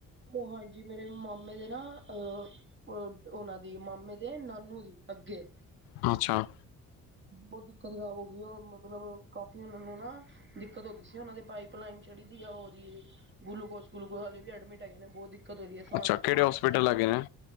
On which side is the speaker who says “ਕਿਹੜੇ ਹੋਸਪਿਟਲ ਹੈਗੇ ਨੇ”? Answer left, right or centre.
Left